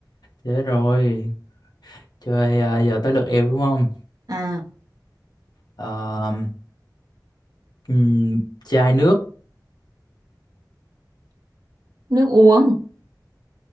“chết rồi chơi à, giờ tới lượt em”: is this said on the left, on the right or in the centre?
Left